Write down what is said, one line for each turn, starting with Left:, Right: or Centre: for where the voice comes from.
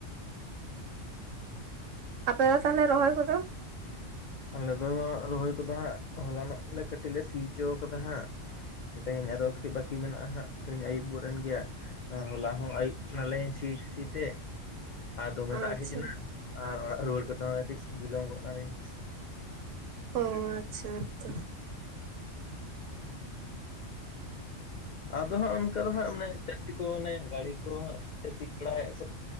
Right: ᱟᱯᱮ ᱫᱚ ᱛᱟᱦᱞᱮ ᱨᱚᱦᱚᱭ ᱠᱚᱫᱚ?
Left: ᱟᱞᱮ ᱫᱚ ᱦᱟᱸᱜ ᱨᱚᱦᱚᱭ ᱠᱚᱫᱚ ᱦᱟᱸᱜ ᱦᱚᱞᱟᱱᱚᱜ ᱞᱮ ᱠᱟᱹᱴᱤᱡ ᱞᱮ ᱥᱤ ᱦᱚᱪᱚᱣ ᱠᱟᱫᱟ ᱦᱟᱸᱜ᱾ ᱛᱮᱦᱮᱧ ᱟᱨᱚ ᱠᱟᱹᱴᱤᱡ ᱵᱟᱹᱠᱤ ᱢᱮᱱᱟᱜ-ᱟ ᱦᱟᱸᱜ, ᱛᱮᱦᱮᱧ ᱟᱹᱭᱩᱵ ᱜᱚᱫ ᱮᱱ ᱜᱮᱭᱟ᱾ ᱟᱨ ᱦᱚᱞᱟ ᱦᱚᱸ ᱟᱹᱭᱩᱵ ᱱᱟᱞᱤᱧ ᱥᱤ ᱥᱤ ᱛᱮ᱾ ᱟᱨ ᱫᱚᱢᱮ ᱫᱟᱜ
Right: ᱟᱪᱪᱷᱟ
Left: ᱦᱮᱡ ᱮᱱᱟ ᱟᱨ ᱚᱲᱟᱜ ᱨᱩᱣᱟᱹᱲ ᱠᱟᱛᱮ ᱦᱚᱸ ᱠᱟᱹᱴᱤᱡ ᱵᱤᱞᱚᱢ ᱜᱚᱫ ᱱᱟᱞᱤᱧ᱾
Right: ᱚ, ᱟᱪᱪᱷᱟ ᱟᱪᱪᱷᱟ᱾
Left: ᱟᱫᱚ ᱦᱟᱸᱜ ᱚᱱᱠᱟ ᱫᱚ ᱦᱟᱸᱜ ᱚᱱᱮ ᱪᱟᱹᱥᱤ ᱠᱚ ᱚᱱᱮ ᱜᱟᱹᱲᱤ ᱠᱚ ᱦᱟᱸᱜ᱾ ᱥᱤ ᱵᱟᱲᱟᱭᱮᱫ ᱠᱚ